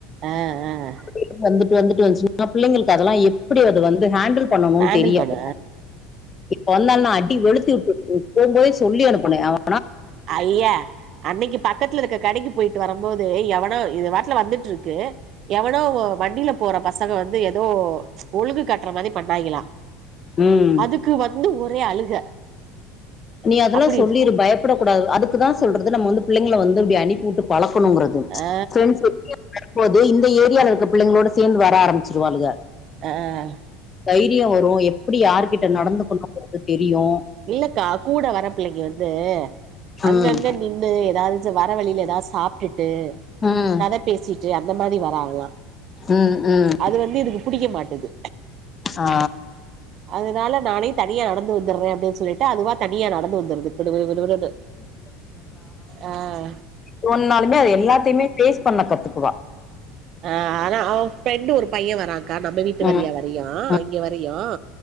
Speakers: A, on the right; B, on the left.
A: ஆஹ் ஆஹ்
B: <unintelligible> வந்துட்டு வந்துட்டு வந்ச்சுனா பிள்ளைங்களுக்கு அதெல்லாம் எப்டி அது வந்து ஹாண்டில் பண்ணணும்னு
A: ஹேண்டில்
B: தெரியாதுல்ல
A: பண்ண
B: இப்ப வந்தானா அடி வெளுத்து வுட்டு போம் போதே சொல்லி அனுப்புனே அவன்
A: ஐய்யா அன்னைக்கு பக்கத்துல இருக்க கடைக்கு போயிட்டு வரும் போது எவன் ஆ இது வாட்டுல வந்துட்டிருக்கு எவனோ வண்டில போற பசங்க வந்து ஏதோ ஒழுங்குக்கு காட்ற மாரி பண்ணாய்ங்கலா
B: ம்
A: அதுக்கு வந்து ஒரே அழுக
B: நீ அதெல்லா
A: அப்டி
B: சொல்லிரு பயப்படக்கூடாது அதுக்குதான் சொல்றது நம்ம வந்து பிள்ளைங்கள வந்து இப்டி அனுப்பிவுட்டு பழக் ப்புனுங்கறது
A: ஆ
B: ஃப்ரெண்ட்ஸ் வெளியே வரும்போதுஇந்த ஏரியால இருக்கற புள்ளைங்களோட சேந்து வர ஆரம்பிச்சிருவாளுக
A: ஆஹ்
B: தைரியோ வரும் எப்டி யாருகிட்ட நடந்துக்கணும்ங்கறது தெரியும்
A: இல்லக்கா கூட வர பிள்ளைங்க வந்து அங்கங்க
B: ம்
A: நின்னு‌ எதாவது வர வழியில ஏதாவது சாப்பிட்டுட்டு
B: ம்
A: கதை பேசிட்டு அந்த மாறி வராங்ளா
B: ம் ம்
A: அது வந்து இதுக்கு புடிக்க மாட்டது
B: ஆ
A: அதனால நானே தனியா நடந்து வந்துட்றேன் அப்டின் ட்டா அதுவா தனியா நடந்து வந்துடுது குடுகுடு குடுகுடுன்னு ஆஹ்
B: சொன்னாலுமே அது எல்லாத்தையுமே ஃபேஸ் பண்ண கத்துக்குவா
A: ஆஹ் ஆனா அவ ஃப்ரெண்டு ஒரு பையன் வரான்க்கா நம்ம வீட்டு
B: ம்
A: வரையா வரையு
B: ம்
A: இங்க வரையு